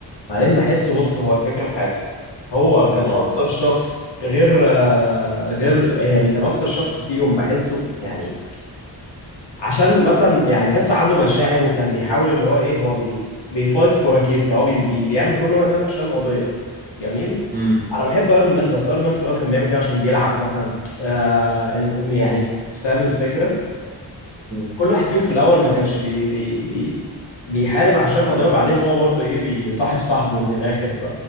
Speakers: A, on the left; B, on the right.
A: بعدين بحسه بص هو الفكره في حاجه هو كان
B: امم
A: اكتر شخص غير آه، غير يعني كان اكتر شخص فيهم بحسه يعني عشان مثلا يعني بحسه عنده مشاعر وكان بيحاول اللي هو ايه هو بي بيفايت فور كيس هو بي بي بيعمل كل اللي هو بيعمله ده عشان قضيه جميل
B: امم
A: انا بحب ايرون مان بس ايرون مان في الاول كان بيعمل كده عشان بيلعب مثلا آه إن- يعني فاهم الفكره
B: امم
A: كل واحد فيهم في الاول ما كانش بي بي بي بيحارب عشان قضيه وبعدين هو برضه ايه بيصاحب صاحبه من الاخر